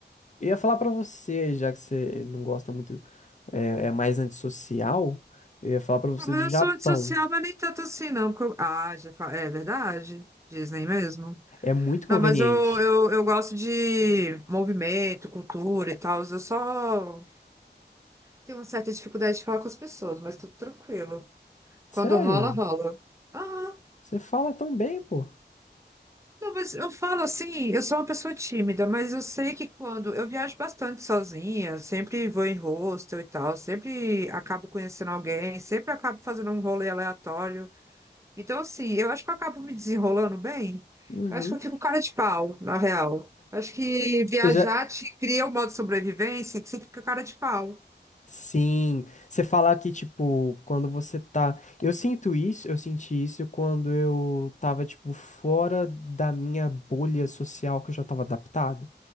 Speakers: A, on the left; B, on the right.
A: Eu ia falar pra você, já que você não gosta muito, é, é mais antissocial, eu ia falar pra você
B: Ah, mas
A: do
B: eu
A: Japão.
B: sou antissocial, mas nem tanto assim, não. porque eu- Ah, já fa- é verdade. Disney mesmo.
A: É muito
B: Não,
A: conveniente.
B: mas eu, eu, eu gosto de movimento, cultura e tal. Eu só Tenho uma certa dificuldade de falar com as pessoas, mas tudo tranquilo.
A: Sério?
B: Quando rola, rola. Ah,
A: Você fala tão bem, pô.
B: não, mas eu falo assim, eu sou uma pessoa tímida, mas eu sei que quando eu viajo bastante sozinha, sempre vou em hostel e tal, sempre acabo conhecendo alguém, sempre acabo fazendo um rolê aleatório. Então, assim, eu acho que eu acabo me desenrolando bem.
A: Uhum.
B: Eu acho que eu fico cara de pau, na real. Eu acho que viajar
A: Você já...
B: te cria um modo de sobrevivência que você fica cara de pau.
A: Sim, você fala que, tipo, quando você tá. Eu sinto isso, eu senti isso quando eu tava, tipo, fora da minha bolha social que eu já tava adaptado.